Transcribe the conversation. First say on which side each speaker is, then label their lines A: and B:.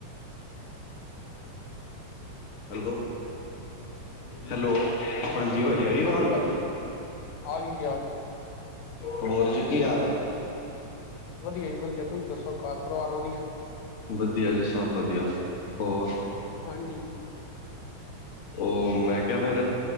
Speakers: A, on the left; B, on the left.
A: ਹੈਲੋ। ਹੈਲੋ, ਹਾਂਜੀ ਭਾਜੀ, ਆਈ ਆਵਾਜ਼
B: ਹਾਂਜੀ
A: ਹੁਣ
B: ਭਾਜੀ। <unintelligible> ਆ ਗਈ ਜੀ, ਆ ਗਈ
A: ਹੋਰ ਜੀ, ਕੀ ਹਾਲ ਏ?
B: ਵਧੀਆ ਜੀ, ਵਧੀਆ ਤੁਸੀਂ ਦੱਸੋ ਘਰ ਪਰਿਵਾਰ ਵਧੀਆ,
A: ਵਧੀਆ ਜੀ, ਸਭ ਵਧੀਆ, ਹੋਰ
B: ਹਾਂਜੀ।
A: ਉਹ, ਮੈਂ ਕਿਹਾ ਫੇਰ,